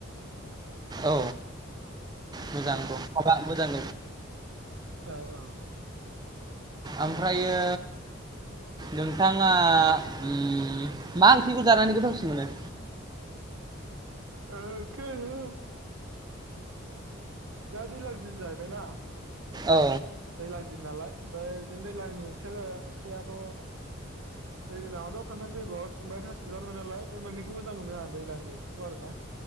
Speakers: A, on the right (about 20°); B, on the right (about 80°).
A: औ मोजां <unintelligible> मोजां
B: औ औ।
A: ओमफ्रायो नोंथाङा उम्म मा ओंख्रिखौ जानानै गोथावसिन मोनो?
B: ओंख्रियाथ' दा दैलां दिन जाहैबायना
A: औ
B: दैलां दिन नालाय ओ बिदिनो दैज्लांनि ओंख्रि जाहैबाय ओंख्रियाथ दैज्लाङावथ खान्थाल बेगर ओमफ्राय थास बिबार मोनो नालाय बे मोननैखौ मोजां मोनो आं दैज्लांनि ओंख्रिखौ आरो ना।